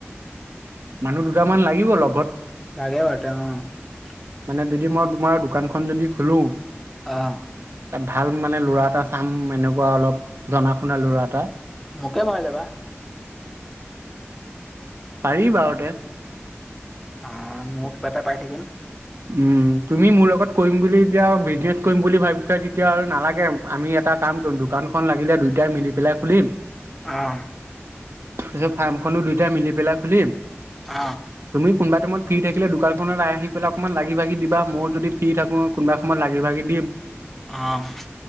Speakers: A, on the right; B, in the centre.
A: মানুহ দুটামান লাগিব লগত।
B: লাগে বাৰু <unintelligible>
A: মানে যদি মই তোমাৰ দোকানখন যদি খুলো
B: অ',
A: তাত ভাল মানে ল'ৰা এটা কাম এনেকুৱা অলপ জনা শুনা লৰা এটা
B: মোকে ভৰায় লবা।
A: পাৰিম বাৰুতে
B: অ মইয়ো কিবা এটা পাই থাকিম।
A: উম তুমি মোৰ লগত কৰিম বুলি এতিয়া বিজনেছ কৰিম বুলি ভাবিছা যেতিয়া আৰু নালাগে আমি এটা কাম কৰিম দোকানখন লাগিলে দুয়টাই মিলি পেলাই খুলিম।
B: অহ।
A: পিছত ফাৰ্মখনো দুইটা মিলি পেলাই খুলিম।
B: অ।
A: তুমি কোনোবা টাইমত ফ্ৰী থাকিলে দোকানখনত আহি পেলাই অকমান লাগি ভাগি দিবা মইয়ো যদি ফ্ৰী থাকো কোনোবা সময়ত লাগি ভাগি দিম।
B: অহ।